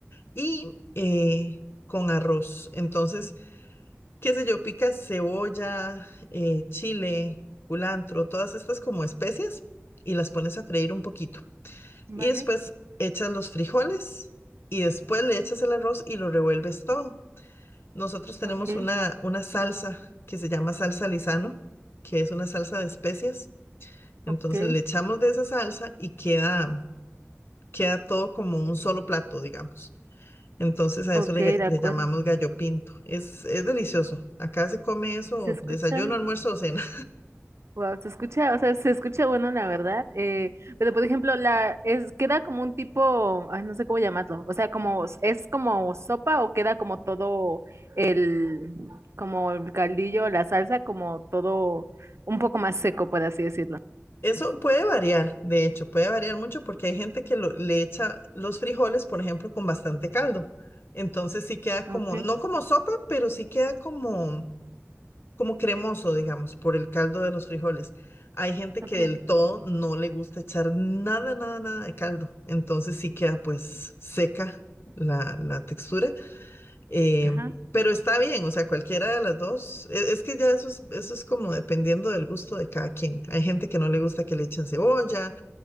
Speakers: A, on the left; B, on the right.
A: Y eh, con arroz. Entonces, qué sé yo, picas cebolla, eh, chile, culantro, todas estas como especias y las pones a freír un poquito.
B: Vale,
A: Y después echas los frijoles y después le echas el arroz y lo revuelves todo. Nosotros tenemos
B: ok,
A: una, una salsa que se llama salsa Lizano, que es una salsa de especias. Entonces
B: ok,
A: le echamos de esa salsa y queda, queda todo como un solo plato, digamos. Entonces a
B: ok,
A: eso le, ga-
B: de
A: le
B: acuerdo.
A: llamamos gallo pinto. Es, es delicioso. Acá se come eso,
B: Se escucha,
A: desayuno, almuerzo o cena.
B: Wow, se escucha, o sea, se escucha bueno, la verdad. eh, pero por ejemplo, la es queda como un tipo, ay, no sé cómo llamarlo. O sea, como s- es como sopa o queda como todo el, como el caldillo, la salsa, como todo un poco más seco, por así decirlo.
A: Eso puede variar, de hecho, puede variar mucho porque hay gente que lo- le echa los frijoles, por ejemplo, con bastante caldo. Entonces sí queda como,
B: Okay,
A: no como sopa, pero sí queda como, como cremoso, digamos, por el caldo de los frijoles. Hay gente
B: okay,
A: que del todo no le gusta echar nada, nada, nada de caldo. Entonces sí queda pues seca la, la textura. Eh,
B: ajá,
A: pero está bien, o sea, cualquiera de las dos. E- Es, que ya eso es, eso es como dependiendo del gusto de cada quien. Hay gente que no le gusta que le echen cebolla,